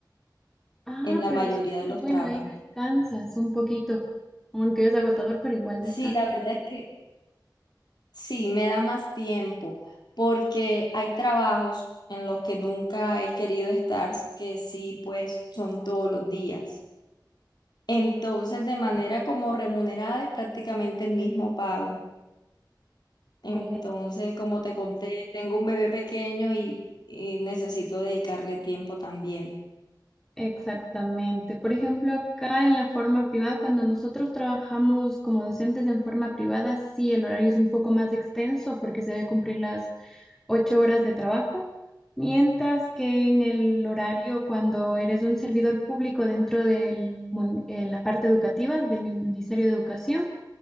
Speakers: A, in the centre; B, on the left.
A: Ah,
B: en la
A: pero
B: mayoría
A: es súper
B: de los
A: bueno,
B: trabajos.
A: ahí descansas un poquito, aunque es agotador, pero igual descansas.
B: Sí, la verdad es que Sí, me da más tiempo porque hay trabajos en los que nunca he querido estar, que sí, pues son todos los días. Entonces, de manera como remunerada es prácticamente el mismo pago. Entonces,
A: Oh,
B: como te conté, tengo un bebé pequeño y, y necesito dedicarle tiempo también.
A: exactamente. Por ejemplo, acá en la forma privada, cuando nosotros trabajamos como docentes en forma privada, sí, el horario es un poco más extenso porque se debe cumplir las ocho horas de trabajo, mientras que en el horario cuando eres un servidor público dentro de la parte educativa del Ministerio de Educación,